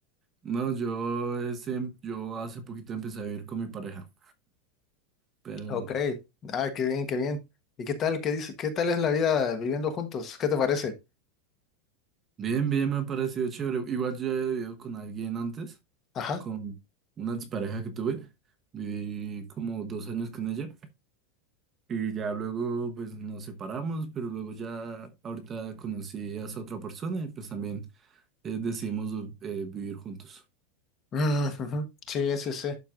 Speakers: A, on the right; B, on the left.
A: no, yo, ese- yo hace poquito empecé a vivir con mi pareja, pero
B: ok. Ah, qué bien, qué bien. ¿Y qué tal? ¿Qué dice? ¿Qué tal es la vida viviendo juntos? ¿Qué te parece?
A: bien, bien, me ha parecido chévere. Igual yo he vivido con alguien antes.
B: Ajá.
A: con una pareja que tuve. Viví como dos años con ella y ya luego pues nos separamos, pero luego ya ahorita conocí a esa otra persona y pues también eh, decidimos eh, vivir juntos.
B: Mm, ujú. Sí, sí, sí.